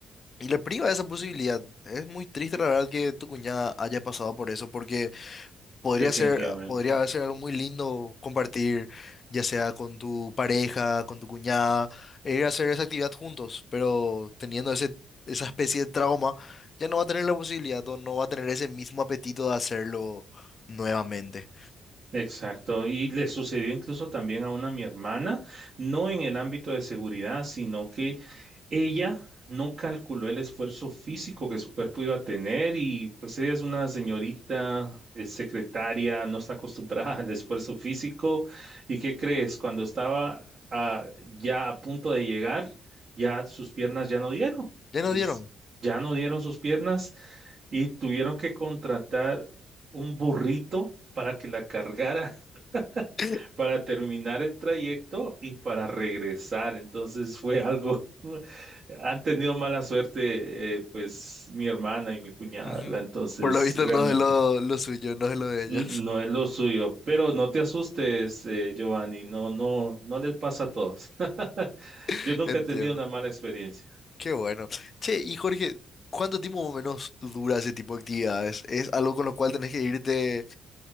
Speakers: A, on the left; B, on the right.
A: Y le priva de esa posibilidad. Es muy triste, la verdad, que tu cuñada haya pasado por eso, porque Podría
B: definitivamente.
A: ser, podría ser algo muy lindo compartir, ya sea con tu pareja, con tu cuñada, e ir a hacer esa actividad juntos, pero teniendo ese, esa especie de trauma, ya no va a tener la posibilidad o no va a tener ese mismo apetito de hacerlo nuevamente.
B: Exacto, y le sucedió incluso también a una mi hermana, no en el ámbito de seguridad, sino que ella no calculó el esfuerzo físico que su cuerpo iba a tener y pues ella es una señorita, es secretaria, no está acostumbrada <laughs> al esfuerzo físico. ¿Y qué crees? Cuando estaba ah, ya a punto de llegar, ya sus piernas ya no dieron,
A: Ya nos
B: yes-
A: dieron.
B: ya no dieron sus piernas y tuvieron que contratar un burrito para que la cargara,
A: <laughs>
B: <laughs> para terminar el trayecto y para regresar. Entonces fue algo, <laughs> han tenido mala suerte, eh, pues mi hermana y mi cuñada,
A: Ujú.
B: ¿verdad? Entonces
A: Por lo visto
B: realmente
A: no es lo, lo suyo, no es lo de ellas.
B: mm, no es lo suyo, pero no te asustes, eh, Giovanni, no, no, no les pasa a todos. <laughs>
A: <laughs>
B: Yo nunca
A: Entiendo.
B: he tenido una mala experiencia.
A: Qué bueno. Che, y Jorge, ¿cuánto tiempo más o menos dura ese tipo de actividades? ¿Es algo con lo cual tenés que irte?